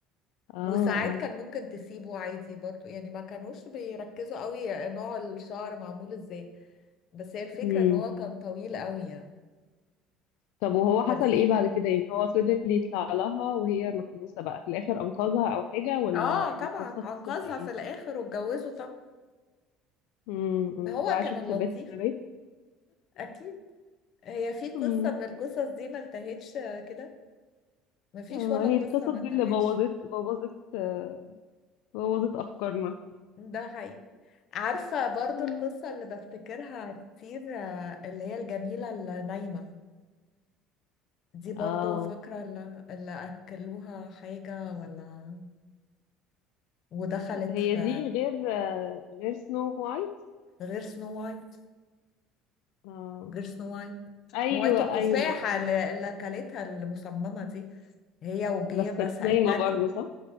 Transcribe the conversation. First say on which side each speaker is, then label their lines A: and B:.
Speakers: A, on the left; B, on the left.
A: اه
B: وساعات
A: اه
B: كان ممكن تسيبه عادي برضو يعني ما كانوش بيركزوا قوي نوع الشعر معمول ازاي بس هي الفكرة
A: مم.
B: ان هو كان طويل قوي يعني
A: طب وهو حصل
B: فدي
A: ايه بعد كده يعني هو فضل يطلع لها وهي محبوسة بقى في الاخر انقذها او حاجة ولا
B: اه
A: القصة
B: طبعا
A: قصة
B: انقذها
A: ايه
B: في الاخر واتجوزوا طب
A: امم
B: هو
A: بقى
B: كان
A: شفت
B: اللطيف
A: بيت ونبات
B: اكيد هي في قصة
A: امم
B: من القصص دي ما انتهتش كده ما فيش
A: اه
B: ولا
A: هي
B: قصة
A: القصص
B: ما
A: دي
B: انتهتش
A: اللي بوظت بوظت آه، بوظت افكارنا
B: ده حقيقي عارفة برضو
A: مم.
B: القصة اللي بفتكرها كتير آه، اللي هي الجميلة النايمة دي برضو
A: اه
B: فاكرة اللي اللي أكلوها حاجة ولا ودخلت
A: هي
B: في
A: دي غير آه، غير سنو وايت
B: غير سنو وايت
A: اه
B: غير سنو وايت
A: ايوه
B: وايت التفاحة
A: ايوه مم.
B: اللي اللي أكلتها المصممة دي هي وجية
A: بس
B: بس
A: كانت
B: التانية
A: نايمة برضو صح